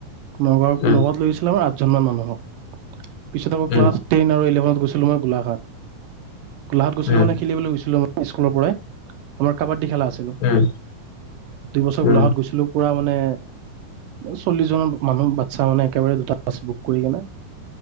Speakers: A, on the right; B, on the left.
A: নগাঁও,
B: উম
A: নগাঁওত লৈ, গৈছিলে আমাৰ জনমান মানুহক পিছত আকৌ ক্লাচ
B: উম
A: টেন আৰু ইলেভেন গৈছিলোঁ মই গোলাঘাট। গোলাঘাট গৈছিলোঁ
B: উম
A: মানে, খেলিবলে গৈছিলোঁ ইস্কুলৰ পৰাই, আমাৰ কাবাড ডী, খেলা আছিলোঁ,
B: উম
A: দুইবছৰ গোলাঘাট
B: উম
A: গৈছিলোঁ পুৰা মা মানে চল্লিশ জন মানুহ, বাচ্ছা মানে একেবাৰে দুটা বাছ বুক কৰি কেনে